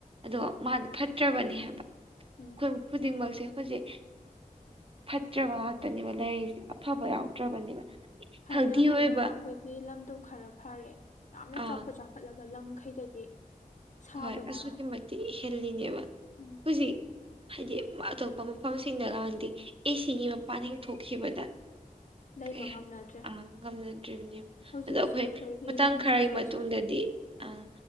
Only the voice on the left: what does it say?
ꯃꯥꯅꯦ
ꯎꯝ
ꯃꯥꯅꯦ
ꯍꯥꯏꯅ
ꯍꯥꯏꯅ
ꯑꯩꯈꯣꯏꯒꯤ ꯂꯝꯗ ꯈꯔ ꯐꯔꯦ ꯌꯥꯝꯅ
ꯆꯥꯎꯈꯠ ꯆꯥꯎꯈꯠꯂꯕ ꯂꯝꯈꯩꯗꯗꯤ ꯁꯥꯕꯅ
ꯎꯝ
ꯂꯩꯕ
ꯉꯝꯅꯗ꯭ꯔꯦ
ꯍꯧꯖꯤꯛꯁꯨ
ꯑꯩꯈꯣꯏꯒꯤ
ꯂꯝꯗꯝꯁꯤꯗꯁꯨ